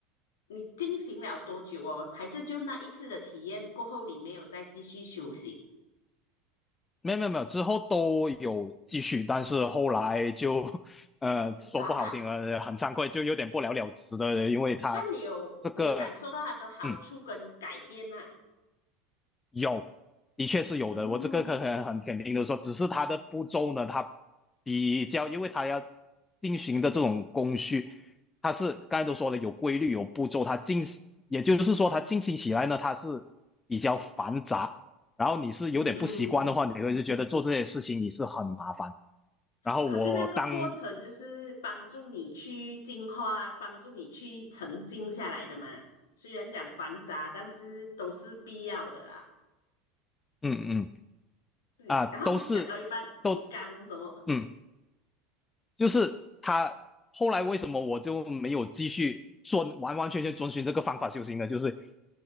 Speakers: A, on the left; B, on the left.
A: 你进行了多久哦？还是就那一次的体验过后，你没有再继续修行？
B: 没有没有没有，之后都有继续，但是后来就 <laughs> 呃说不好听了，
A: <laughs> 哈哈，
B: 很惭愧，就有点不了了之的，因为他
A: 那你有你有感受到它的好处跟改变啦？
B: 这个嗯有，的确是有的。
A: 嗯
B: 我这个可很很肯定的说，只是它的步骤呢，它比较，因为它要进行的这种工序，它是刚才都说了有规律、有步骤，它进，也就是说它进行起来呢，它是比较繁杂。然后你是有点不习惯的话，
A: 嗯嗯。
B: 你会就觉得做这些事情你是很麻烦。然后我当，
A: 可是那个过程就是帮助你去净化，
B: 嗯
A: 帮助你去沉静下来的嘛。虽然讲繁杂，但是都是必要的啊。
B: 嗯
A: 对，
B: 啊，
A: 然后你讲到一半，
B: 都是都，
A: 你刚什么？
B: 嗯。就是他后来为什么我就没有继续说完完全全遵循这个方法修行呢？就是